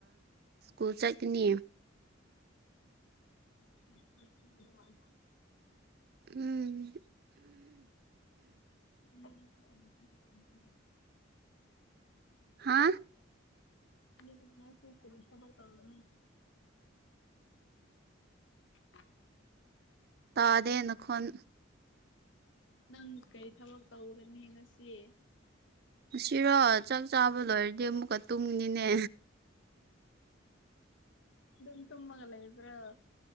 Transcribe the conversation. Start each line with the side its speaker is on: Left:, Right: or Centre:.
Right: ꯁ꯭ꯀꯨꯜ ꯆꯠꯀꯅꯤ
Left: ꯇꯦ ꯑꯗꯨ
Right: ꯎꯝ
Left: ꯎ ꯀꯩꯅ
Right: ꯍꯥꯥ
Left: ꯑꯉꯥꯏ ꯆꯦꯔꯤ ꯏ ꯊꯕ ꯇꯧꯖ ꯎꯝ
Right: ꯇꯥꯗꯦꯅ ꯈꯣꯟ
Left: ꯅꯪ ꯀꯔꯤ ꯊꯕꯛ ꯇꯧꯒꯅꯤ ꯉꯁꯤ
Right: ꯑꯁꯤꯔꯣ ꯆꯥꯛ ꯆꯥꯕ ꯂꯣꯏꯔꯗꯤ ꯑꯃꯨꯛꯀ ꯇꯨꯡꯅꯤꯅꯦ
Left: ꯑꯗꯨꯝ ꯇꯨꯝꯃꯒꯂ ꯏꯕ꯭ꯔꯥ